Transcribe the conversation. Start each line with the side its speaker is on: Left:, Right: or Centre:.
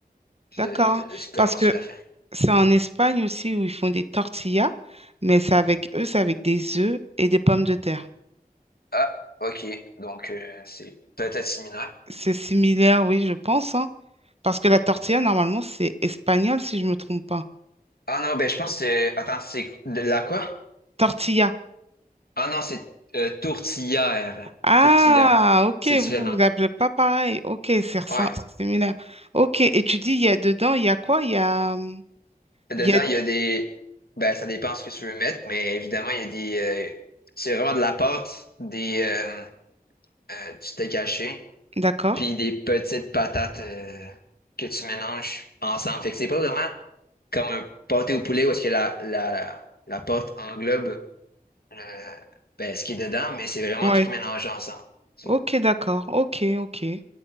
Right: d'accord.
Left: de, de, de ce- comment
Right: Parce que
Left: tu la fais.
Right: C'est en Espagne aussi où ils font des tortillas, mais c'est avec eux, c'est avec des œufs et des pommes de terre.
Left: Ah, ok, donc euh, c'est peut-être similaire.
Right: C'est similaire, oui, je pense, hein, parce que la tortilla, normalement, c'est espagnol, si je me trompe pas.
Left: Ah non, ben je pense que... Attends, c'est de la quoi?
Right: Tortilla.
Left: Ah non, c'est euh, tourtière.
Right: Ah,
Left: Tourtière,
Right: ok,
Left: c'est différent.
Right: vous, vous l'appelez pas pareil. Ok, c'est ressem-
Left: Ouais,
Right: c'est similaire. Ok, et tu dis, il y a dedans, il y a quoi? Il y a, hum,
Left: dedans
Right: il y a...
Left: il y a des... Ben ça dépend ce que tu veux mettre, mais évidemment il y a des... euh, C'est vraiment de la pâte, des... euh, euh, du steak haché,
Right: D'accord.
Left: puis des petites patates euh, que tu mélanges ensemble. Fait que c'est pas vraiment comme un pâté au poulet où est-ce que la, la, la pâte englobe euh, ben, ce qui est dedans, mais c'est vraiment
Right: Ouais.
Left: tout mélangé ensemble. Tu
Right: Ok,
Left: vois.
Right: d'accord. Ok, ok. Et